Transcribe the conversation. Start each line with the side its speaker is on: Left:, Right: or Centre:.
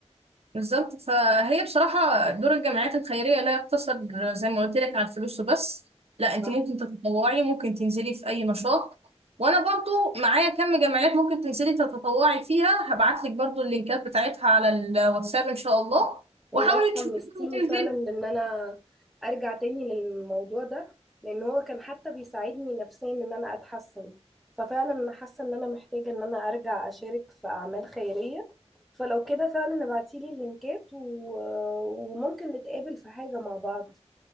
Right: بالظبط فهي بصراحة دور الجمعيات الخيرية لا يقتصر زي ما قلت لك على الفلوس وبس لا
Centre: صح
Right: انت ممكن تتطوعي ممكن تنزلي في اي نشاط وانا برضو معايا كم جمعيات ممكن تنزلي تتطوعي فيها هبعت لك برضو اللينكات بتاعتها على الواتساب ان شاء الله
Centre: والله
Right: وحاولي
Centre: حمستيني
Right: تشوفيها وتنزلي
Centre: فعلا ان انا ارجع تاني للموضوع ده لان هو كان حتى بيساعدني نفسيا ان انا اتحسن ففعلا انا حاسه ان انا محتاجه ان انا ارجع اشارك في اعمال خيريه فلو كده فعلا ابعتيلي اللينكات و... وممكن نتقابل في حاجه مع بعض